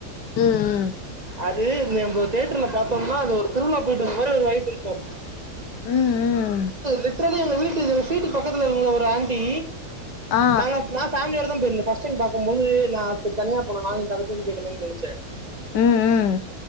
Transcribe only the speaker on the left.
ம் ம்
ம் ம்
ஆ
ம் ம்